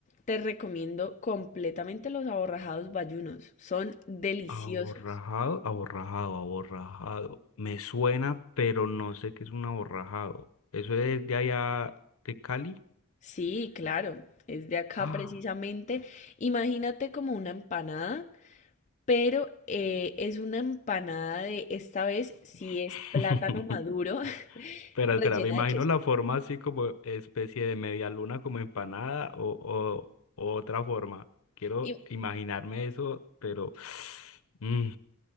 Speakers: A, on the left; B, on the left.
A: te recomiendo completamente los aborrajados bayunos. Son deliciosos.
B: Aborrajado, aborrajado, aborrajado. Me suena, pero no sé qué es un aborrajado. ¿Eso es de allá de Cali?
A: Sí, claro, es de acá
B: Ah.
A: precisamente. Imagínate como una empanada, pero eh, es una empanada de, esta vez sí
B: <laughs>
A: es plátano maduro <laughs>
B: Espera,
A: rellena
B: espera, me imagino
A: de queso.
B: la forma así como especie de media luna, como empanada o, o- o otra forma. Quiero
A: Y
B: imaginarme eso, pero... <sighs> mm,